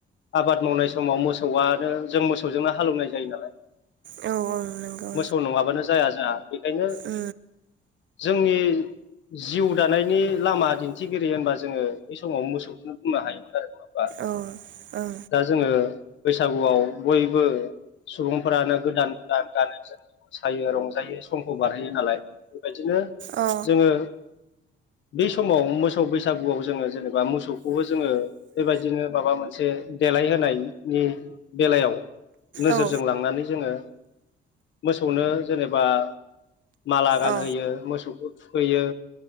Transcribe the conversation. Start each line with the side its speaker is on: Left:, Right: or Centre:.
Left: आबाद मावनाय समाव मोसौआनो जों मोसौजोंनो हाल एवनाय जायो नालाय।
Right: औ - औ नोंगौ।
Left: मोसौ नङाबानो जाया जोङा बेखायनो
Right: ओ।
Left: जोंनि जिउ दानायनि लामा दिन्थिगिरि होनबा जोङो बि समाव मोसौखौनो बुंनो हायो आरो। होमबा
Right: औ ओं।
Left: दा जोङो बैसागुआव बयबो सुबुंफोरानो गोदान - गोदान गानो जोम सायो रंजायो समखौ बारहोयो नालाय। बेबायदिनो
Right: अ औ
Left: जोङो बै समाव मोसौ बैसागुआव जोङो जेने बा मोसौखौबो जोङो नो माबा मोनसे देलायहोनाय नि बेलायाव नोजोरजों
Right: अ औ
Left: लांनानै जोङो मोसौनो जेनेबा माला गानहोयो
Right: अ
Left: मोसौखौ थुखैयो